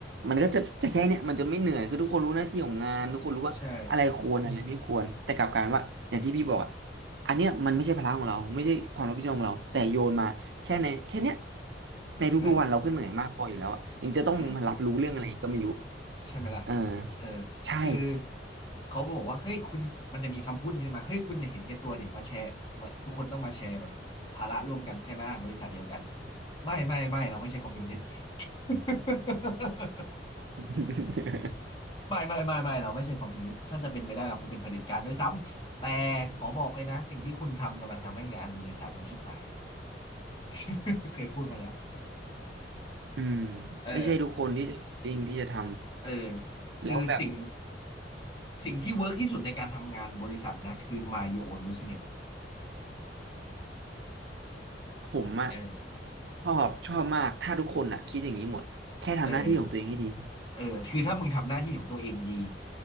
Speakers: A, on the right (about 75°); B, on the left (about 25°).
A: มันก็จะจะแค่เนี้ยมันจะไม่เหนื่อยคือทุกคนรู้หน้าที่ของงานทุกคนรู้ว่าอะไรควรอะไรไม่ควรแต่กลับกลารว่าอย่างที่พี่บอกอ่ะ
B: ใช่
A: อันเนี้ยมันไม่ใช่ภาระของเราไม่ใช่ความรับผิดชอบของเราแต่โยนมาแค่ในแค่เนี้ยในทุกๆวันเราก็เหนื่อยมากพออยู่แล้วอ่ะยังจะต้องมารับรู้เรื่องอะไรอีกก็ไม่รู้
B: เออเออ ใช่ไหมล่ะ
A: เออ
B: เออ
A: ใช่
B: คือเขาบอกว่าเฮ้ยคุณมันจะมีคำพูดนี้มาเฮ้ยคุณอย่าเห็นแก่ตัวดิมาแชร์มาทุกคนต้องมาแชร์แบบภาระร่วมกันใช่ไหมบริษัทเดียวกันไม่ไม่ไม่เราไม่ใช่คอมมิวนิสต์ <laughs>
A: <laughs>
B: ไม่ไม่ไม่ไม่เราไม่ใช่คอมมิวนิสต์ถ้าจะเป็นไปได้เราคงเป็นเผด็จการด้วยซ้ำแต่ขอบอกเลยนะ สิ่งที่คุณทำกำลังทำให้งานบริษัทมันชิบหาย <laughs> เคยพูดมาแล้ว
A: อืม
B: เออ
A: ไม่ใช่ทุกคนที่จะจริงที่จะท
B: เออ
A: ำแล้วแบบ
B: คือสิ่งสิ่งที่เวิร์กที่สุดในการทำงานบริษัทนะคือ mind your own business
A: ผมอะ
B: เออ
A: ชอบชอบมากถ้าทุกคนอะคิดอย่างนี้หมดแค่ทำหน้าที่ของตัวเองให้ดี
B: เออเออคือถ้ามึงทำหน้าที่ของตัวเองดี